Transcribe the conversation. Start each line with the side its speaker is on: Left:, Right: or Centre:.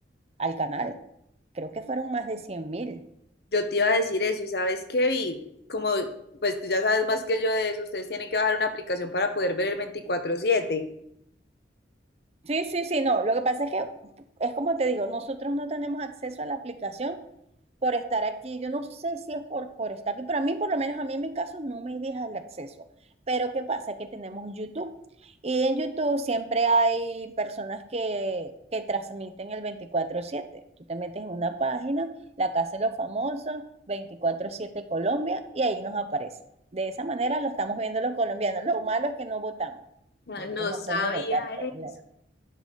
Right: al canal. Creo que fueron más de 100 mil.
Left: Yo te iba a decir eso y sabes qué vi, como pues tú ya sabes más que yo de eso, ustedes tienen que bajar una aplicación para poder ver el 24/7.
Right: Sí, sí, sí, no. Lo que pasa es que es como te digo, nosotros no tenemos acceso a la aplicación por estar aquí. Yo no sé si es por, por estar aquí, pero a mí, por lo menos a mí en mi caso, no me deja el acceso. Pero ¿qué pasa? Que tenemos YouTube. Y en YouTube siempre hay personas que, que transmiten el veinticuatro siete Tú te metes en una página, La Casa de los Famosos, veinticuatro siete Colombia, y ahí nos aparece. De esa manera lo estamos viendo los colombianos. Lo malo es que no votamos.
Left: Ah,
Right: Nosotros
Left: No
Right: no
Left: sabía
Right: podemos votar. pues, no.
Left: eso.